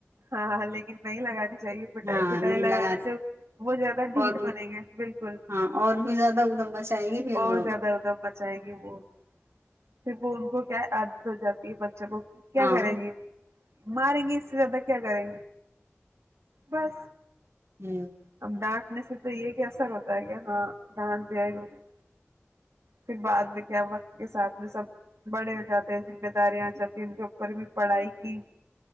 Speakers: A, on the right; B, on the right.
A: ہاں ہاں لیکن نہیں لگانی چاہیے پٹائی
B: ہاں
A: پٹائی
B: نہیں
A: لگانے
B: لگا
A: سے وہت زیادہ ڈھیٹ
B: اور
A: بنےیں گے بالکل
B: ہاں اور بھی زیادہ ادم مچائے گی پھر
A: اور
B: وہ
A: زیادہ ادم مچائےیں گی وہ پھر وہ کو کیا عادت ہو جاتی ہے بس وہ کیا
B: ہاں
A: کریں گی ماریں گے اس زیادہ کیا کریں گے بس
B: ہوں
A: اب ڈانٹنے سے تو یہ کہ اثر ہوتا ہے کہ ہاں ڈانٹ بھیئے گییں پھر بعد میں کیا وقت کے ساتھ میں سب بڑے ہو جاتے ہیں ذمہ داریاں آ جاتی ہیں ان کے اوپر بھی پڑھائی کی